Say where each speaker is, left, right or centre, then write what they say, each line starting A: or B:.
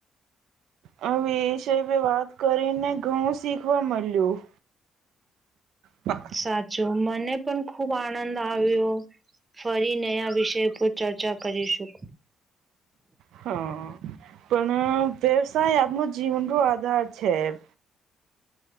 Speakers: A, on the right; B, on the right.
A: હવે એ વિષય પે વાત કરીને ઘણું શીખવા મળ્યું. <unintelligible>
B: સાચું મને પણ ખુબ આનંદ આવ્યો. ફરી નયા વિષય પર ચર્ચા કરીશું.
A: હા. પણ અ વ્યવસાય આપનો જીવનનો આધાર છે, એમ.